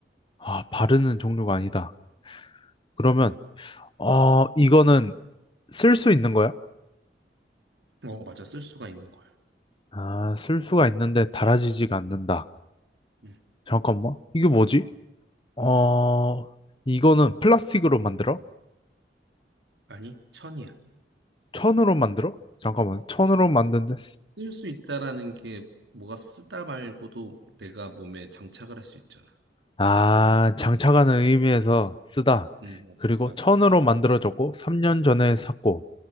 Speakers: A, on the left (about 30°); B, on the right (about 85°).
A: 아, 바르는 종류가 아니다.
B: 예,
A: 그러면, 어, 이거는 쓸 수 있는 거야?
B: 어, 맞아. 쓸 수가 있는 거야.
A: 아, 쓸 수가 있는데 달아지지가 않는다.
B: 예.
A: 잠깐만, 이게 뭐지? 어, 이거는 플라스틱으로 만들어?
B: 아니, 천이야.
A: 천으로 만들어? 잠깐만, 천으로 만든데
B: 쓸 수 있다라는 게 뭐가 쓰다 말고도 내가 몸에 장착을 할 수 있잖아.
A: 아, 장차가는 의미에서 쓰다.
B: 음, 어,
A: 그리고
B: 맞아,
A: 천으로
B: 맞아.
A: 만들어졌고, 3년 전에 샀고,